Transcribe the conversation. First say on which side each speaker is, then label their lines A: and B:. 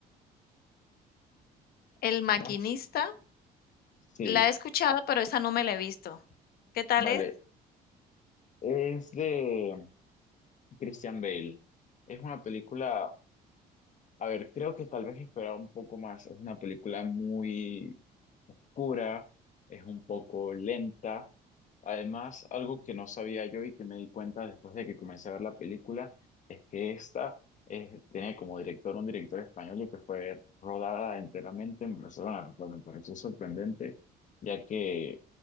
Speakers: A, on the left; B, on the left.
A: El maquinista,
B: ¿No? Sí,
A: la he escuchado, pero esa no me la he visto. ¿Qué tal
B: vale.
A: es?
B: Es de Christian Bale. Es una película, a ver, creo que tal vez esperaba un poco más. Es una película muy oscura, es un poco lenta. Además, algo que no sabía yo y que me di cuenta después de que comencé a ver la película es que esta eh, tiene como director un director español y que fue rodada enteramente en Barcelona, lo cual me pareció sorprendente, ya que